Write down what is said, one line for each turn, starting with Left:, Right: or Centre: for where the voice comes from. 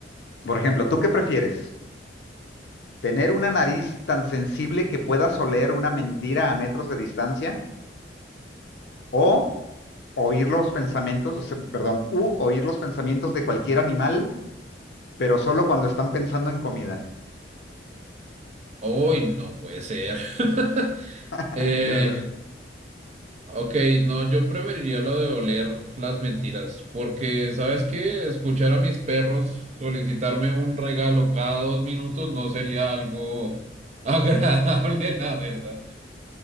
Left: por ejemplo, ¿tú qué prefieres? ¿Tener una nariz tan sensible que puedas oler una mentira a metros de distancia? O oír los pensamientos, o sea, perdón, u oír los pensamientos de cualquier animal, pero solo cuando están pensando en comida.
Right: Uy, no puede ser. <laughs>
Left: <laughs>
Right: Eh,
Left: Ya ves.
Right: ok, no, yo preferiría lo de oler las mentiras, porque, ¿sabes qué? Escuchar a mis perros solicitarme un regalo cada dos minutos no sería algo <laughs> agradable, la verdad.